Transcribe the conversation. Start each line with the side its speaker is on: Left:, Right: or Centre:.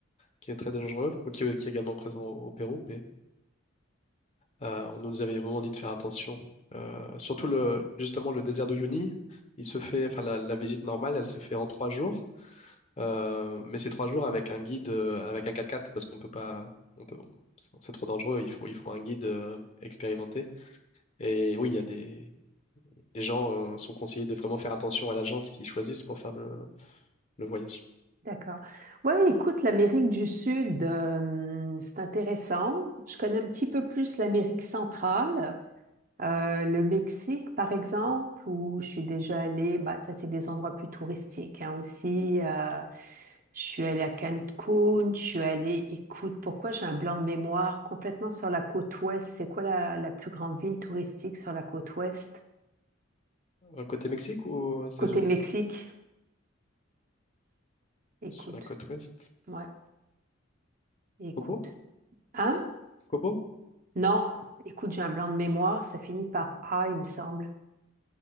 Left: qui est très dangereux, mais qui, est qui est également présent au, au Pérou. Mais Euh, on nous avait vraiment dit de faire attention. Euh, surtout le, justement le désert de Uyuni, il se fait, enfin la, la visite normale, elle se fait en trois jours, Euh, mais c'est trois jours avec un guide, euh, avec un 4x4 parce qu'on peut pas, on peut, c'est trop dangereux. Il faut, il faut un guide euh, expérimenté. Et oui, il y a des, les gens euh, sont conseillés de vraiment faire attention à l'agence qu'ils choisissent pour faire le, le voyage.
Right: D'accord. Ouais, écoute, l'Amérique du Sud, euh, c'est intéressant. Je connais un petit peu plus l'Amérique centrale. Euh, le Mexique, par exemple, où je suis déjà allée, bah, ça, c'est des endroits plus touristiques hein, aussi. Euh, je suis allée à Cancun, je suis allée, écoute, pourquoi j'ai un blanc de mémoire complètement sur la côte ouest? C'est quoi la, la plus grande ville touristique sur la côte ouest?
Left: Euh, Côté Mexique ou aux États-Unis?
Right: Côté Mexique, écoute,
Left: Sur la côte ouest?
Right: ouais, écoute.
Left: Cobo?
Right: Hein?
Left: Cobo?
Right: Non, écoute, j'ai un blanc de mémoire, ça finit par A, il me semble.